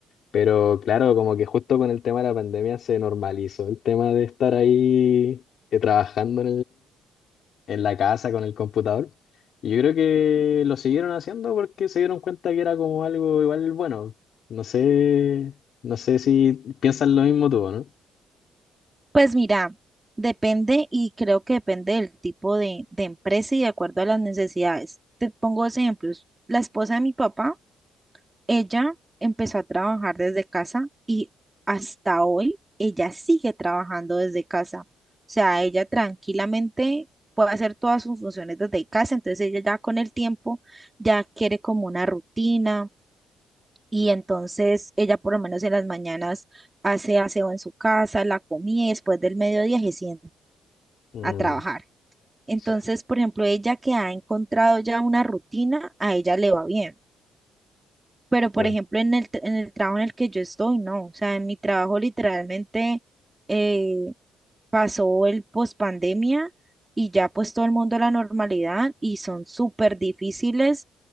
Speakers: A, on the left; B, on the right.
A: Pero claro, como que justo con el tema de la pandemia se normalizó el tema de estar ahí eh, trabajando en la casa con el computador. Y yo creo que lo siguieron haciendo porque se dieron cuenta que era como algo igual bueno. No sé, no sé si piensas lo mismo tú, ¿no?
B: Pues mira, depende y creo que depende del tipo de, de empresa y de acuerdo a las necesidades. Te pongo dos ejemplos. La esposa de mi papá. Ella empezó a trabajar desde casa y hasta hoy ella sigue trabajando desde casa. O sea, ella tranquilamente puede hacer todas sus funciones desde casa, entonces ella ya con el tiempo ya quiere como una rutina y entonces ella por lo menos en las mañanas hace aseo en su casa, la comida y después del mediodía se sienta
A: Mm,
B: a trabajar. Entonces,
A: sí,
B: por ejemplo, ella que ha encontrado ya una rutina, a ella le va bien. Pero, por
A: claro.
B: ejemplo, en el, t- en el trabajo en el que yo estoy, no. O sea, en mi trabajo literalmente eh, pasó el pospandemia y ya pues todo el mundo a la normalidad y son súper difíciles